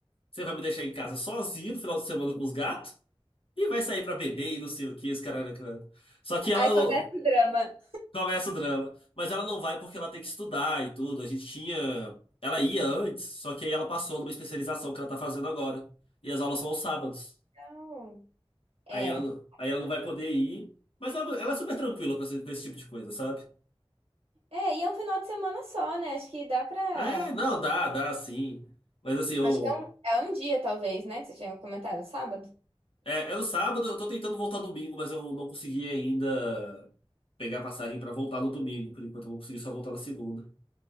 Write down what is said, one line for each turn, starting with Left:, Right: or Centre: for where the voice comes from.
Left: você vai me deixar em casa sozinho no final de semana com os gatos e vai sair pra beber e não sei o que, esse caralho. caralho." Só que ela
Right: Aí começa
Left: ô,
Right: o drama.
Left: começa o drama. Mas ela não vai porque ela tem que estudar e tudo. A gente tinha. Ela ia antes, só que aí ela passou numa especialização que ela tá fazendo agora. E as aulas são aos sábados.
Right: Não. É,
Left: Aí ela, não- aí ela não vai poder ir. Mas ela, ela é super tranquila com esse, com esse tipo de coisa, sabe?
Right: é, e é um final de semana só, né? Acho que dá pra.
Left: É, não, dá, dá sim. Mas assim, eu.
Right: Acho que é um, é um dia, talvez, né? Que você tinha comentado, sábado.
Left: É, é no sábado, eu tô tentando voltar domingo, mas eu não consegui ainda pegar passagem pra voltar no domingo. Por enquanto eu vou conseguir só voltar na segunda.